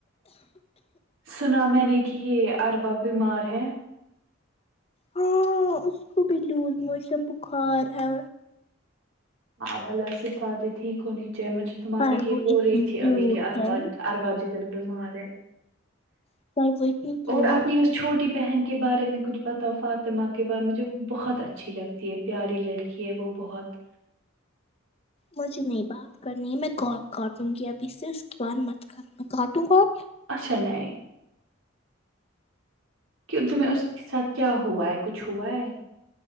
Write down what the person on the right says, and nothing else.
سنا میں نے کہ یہ اروا بیمار ہے
ہاں بلا شفاد ٹھیک ہونی چاہے مجھے تماری
یہ
بو
رہی تھی
ابھی کہ اربا
و اربج گی بیمار ہے
اور
آپنی اس چھو کی بہن کے بارے میں کچھ بتا فااتما کے بارے مجھے وہ بہت اچھی لگتی ہے پیاری لڑکی ہے وہ بہت
اچھا نہیں کہ تمہیں اس کے ساتھ کیا ہوا ہے کچھ ہوا ہے